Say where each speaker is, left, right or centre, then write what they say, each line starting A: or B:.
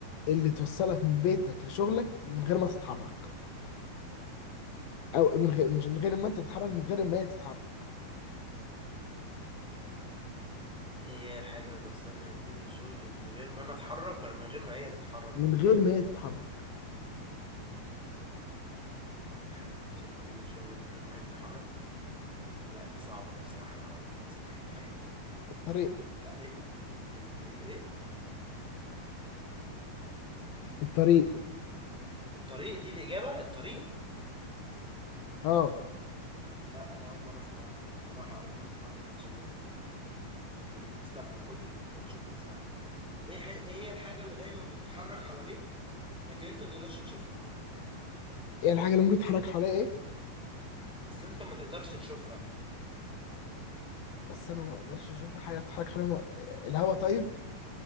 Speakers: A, on the left; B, in the centre.
A: اللي توصلك من بيتك لشغلك من غير ما تتحرك او من غير مش من غير ما انت تتحرك من غير ما هي تتحرك
B: ايه هي الحاجة اللي توصلني من بيتي لشغلي من غير ما انا اتحرك ولا من غير ما هي تتحرك
A: من غير ما هي تتحرك
B: يعني حاجة توصل من بيت الشغل من غير ما هي تتحرك لا دي صعبة دي بصراحة أنا أول مرة أسمعها في حياتي
A: الطريق
B: لا ال ال الإيه
A: الطريق
B: الطريق دي الإجابة الطريق
A: اه
B: لا أنا أول مرة أسمع بصراحة أول مرة أسمعها ما سمعتش قبل كده خالص طب استنى طب خد دي خد شوف اسمع دي إيه ح... إيه هي الحاجة اللي دايما بتتحرك حواليك لكن أنت ما تقدرش تشوفها
A: ايه الحاجه اللي ممكن تتحرك حواليها ايه
B: بس أنت ما تقدرش تشوفها
A: بس انا ما اقدرش اشوف حاجه بتتحرك حواليها الهواء طيب